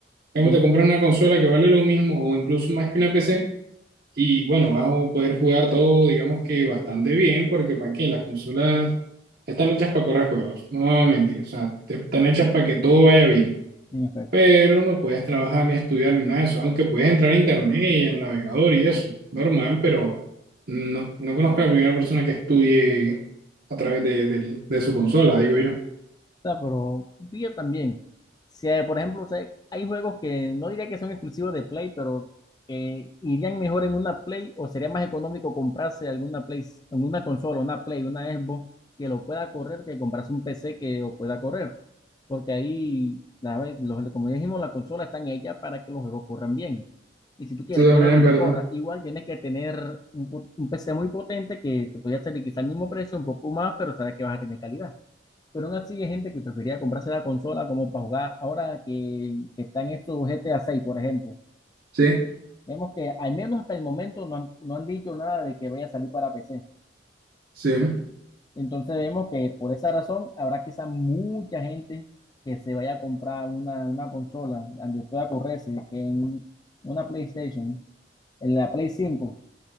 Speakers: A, on the right; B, on the left.
A: cambio,
B: Sí,
A: te compras una consola que vale lo mismo o incluso más que una PC y bueno, vas a poder jugar todo, digamos que bastante bien, porque para qué, las consolas están hechas para correr juegos, no vamos a mentir, o sea, te- están hechas para que todo vaya bien,
B: bien efecto
A: pero no puedes trabajar ni estudiar ni nada de eso, aunque puedes entrar a internet y al navegador y eso, normal, pero no, no conozco a la primera persona que estudie a través de, del- de su consola, digo yo.
B: O sea, pero sí, yo también. Si, eh, por ejemplo, o sea, hay juegos que no diría que son exclusivos de Play, pero que irían mejor en una Play o sería más económico comprarse alguna Play, alguna consola, una Play, una Xbox que lo pueda correr que comprarse un PC que lo pueda correr. Porque ahí, la vez, los, como ya dijimos, las consolas están hechas para que los juegos corran bien. Y si tú quieres
A: Tú también,
B: que un juego
A: en
B: te
A: verdad.
B: corra, igual tienes que tener un, pu- un PC muy potente que te podría salir quizá al mismo precio, un poco más, pero sabes que vas a tener calidad. Pero aún así hay gente que prefería comprarse la consola como para jugar ahora que, que están estos GTA 6, por ejemplo.
A: Sí,
B: Vemos que al menos hasta el momento no han, no han dicho nada de que vaya a salir para PC.
A: sí,
B: Entonces vemos que por esa razón habrá quizá mucha gente que se vaya a comprar una, una consola donde pueda correrse, que en una PlayStation, en la Play 5.